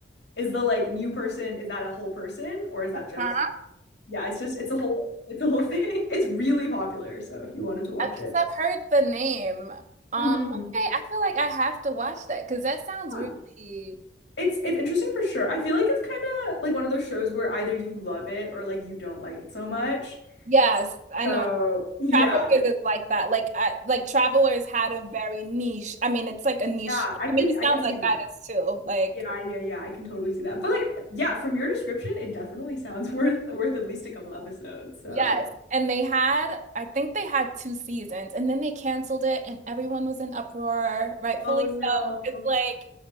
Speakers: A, on the left; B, on the right.
A: is the like new person, is that a whole person or is that just,
B: Huh?
A: yeah, it's just, it's a whole, it's a whole <laughs> thing. It's really popular. So if you wanted to watch
B: because
A: it.
B: I've heard the name. Um,
A: hmm
B: okay, I feel like I have to watch that because that sounds really
A: Yeah. It's it's interesting for sure. I feel like it's kind of like one of those shows where either you love it or like you don't like it so much.
B: yes, I
A: So
B: know.
A: yeah,
B: Travelers is like that. Like I, like Travelers had a very niche. I mean, it's like a niche.
A: yeah,
B: I
A: I can
B: mean, it
A: I
B: sounds
A: can see
B: like
A: that.
B: that is too. Like
A: Yeah, yeah, yeah, I can totally see that. But like, yeah, from your description, it definitely sounds <laughs> worth worth at least a couple episodes. So.
B: yes. And they had, I think they had two seasons and then they canceled it and everyone was in uproar, rightfully
A: Oh no.
B: so. It's like